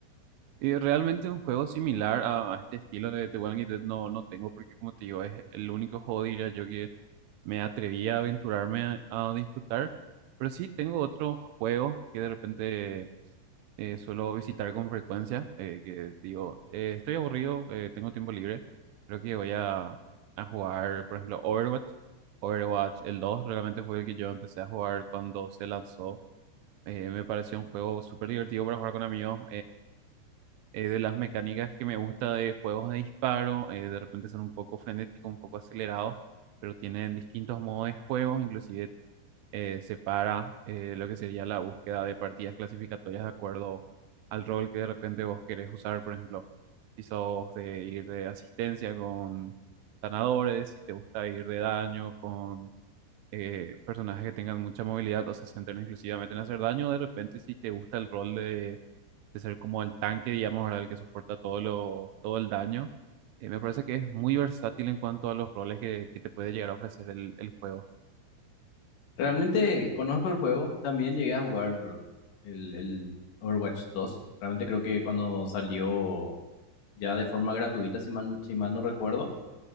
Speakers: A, on the right; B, on the left.
A: Y realmente un juego similar a a este estilo de The Walking Dead no, no tengo porque como te digo es el único juego diría yo que me atreví a aventurarme a, a disfrutar. Pero sí tengo otros juegos que de repente eh, suelo visitar con frecuencia, eh, que digo, eh, estoy aburrido, eh, tengo tiempo libre, creo que voy a, a jugar, por ejemplo, Overwatch. Overwatch, el 2 realmente fue el que yo empecé a jugar cuando se lanzó. eh, me pareció un juego súper divertido para jugar con amigos eh, de las mecánicas que me gusta de juegos de disparo, eh, de repente son un poco frenéticos, un poco acelerados, pero tienen distintos modos de juego, inclusive eh, separa eh, lo que sería la búsqueda de partidas clasificatorias de acuerdo al rol que de repente vos querés usar, por ejemplo, si sos de ir de asistencia con sanadores, si te gusta ir de daño con eh, personajes que tengan mucha movilidad o se centren exclusivamente en hacer daño, de repente si te gusta el rol de de ser como el tanque, digamos, ¿verdad? El que soporta todo lo, todo el daño. Eh, me parece que es muy versátil en cuanto a los roles que, que te puede llegar a ofrecer el, el juego.
B: Realmente conozco el juego, también llegué a jugar el, el Overwatch 2. Realmente creo que cuando salió ya de forma gratuita, si mal, si mal no recuerdo,